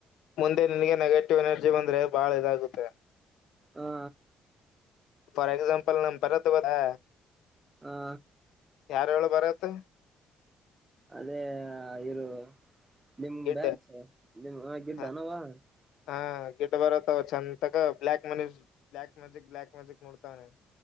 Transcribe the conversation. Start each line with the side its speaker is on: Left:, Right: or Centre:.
Left: ಮುಂದೆ ನಿನಗೆ ನೆಗೆಟಿವ್ ಎನರ್ಜಿ ಬಂದ್ರೆ ಬಹಳ ಇದಾಗುತ್ತೆ
Right: ಹಾ
Left: ಫಾರ್ ಎಕ್ಸಾಮಂಪಲ್ ನಮ್ಮ ಭರತ್ ಇಲ್ಲಾ
Right: ಹಾ
Left: ಯಾರ ಹೇಳ್ ಭರತ್
Right: ಅದೇ ಇರು ನಿಮ
Left: ಗಿಡ್
Right: ಬ್ಯಾಚ್ <unintelligible>
Left: ಹ, ಹಾ ಗಿಡ್ ಬರತ್ತವ ಚಂದ ತಗ black money black magic black magic ನೋಡ್ತವನೆ